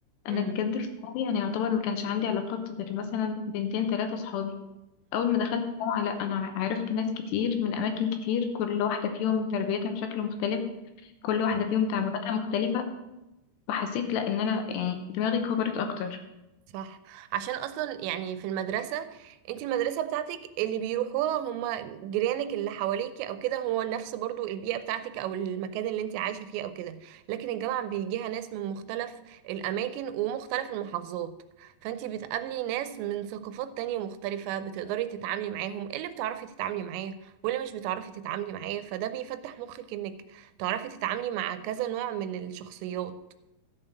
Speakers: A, on the left (about 75°); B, on the right (about 85°).
A: انا
B: امم
A: بجد في ثانوي انا يعتبر ما كانش عندي علاقات غير مثلا بنتين ثلاثه صحابي اول ما دخلت الجامعه لا انا ع- عرفت ناس كتير من اماكن كتير كل واحده فيهم تربيتها بشكل مختلف كل واحده
B: امم
A: فيهم تعاملاتها مختلفه فحسيت لا ان انا يعني دماغي كبرت اكتر
B: صح عشان اصلا يعني في المدرسه انت المدرسه بتاعتك اللي بيروحوها هم جيرانك اللي حواليكي او كده هو نفس برضو البيئه بتاعتك او المكان اللي انت عايشه فيه او كده لكن الجامعه بيجيها ناس من مختلف الاماكن ومختلف المحافظات فانت بتقابلي ناس من ثقافات تانية مختلفه بتقدري تتعاملي معاهم اللي بتعرفي تتعاملي معاه واللي مش بتعرفي تتعاملي معاه فده بيفتح مخك انك تعرفي تتعاملي مع كذا نوع من الشخصيات